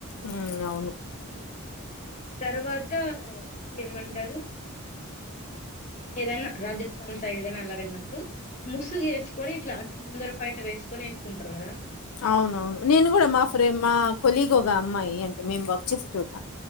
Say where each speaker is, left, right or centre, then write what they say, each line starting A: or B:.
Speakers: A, on the left (about 80°); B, on the left (about 35°).
A: మ్ అవును
B: తర్వాత ఏమంటారు? ఏదన్నా రాజస్థాన్ సైడ్గాని అలా వెళ్ళినప్పుడు ముసుగు వేసుకొని ఇట్లా అంటే ముందర పయట వేసుకొని వేసుకుంటారు కదా?
A: అవునవును నేను కూడా మా ఫ్రెండ్ మా కొలీగ్ ఒక అమ్మాయి అంటే మేము వర్క్ చేసే చోట